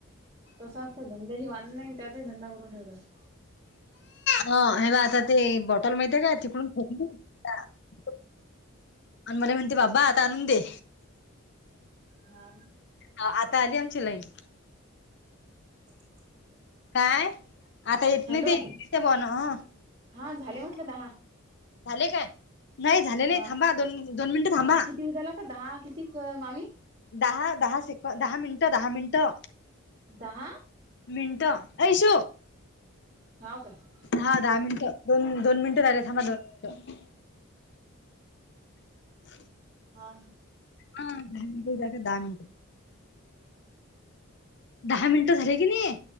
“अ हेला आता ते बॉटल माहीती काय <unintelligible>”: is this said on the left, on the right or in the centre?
Left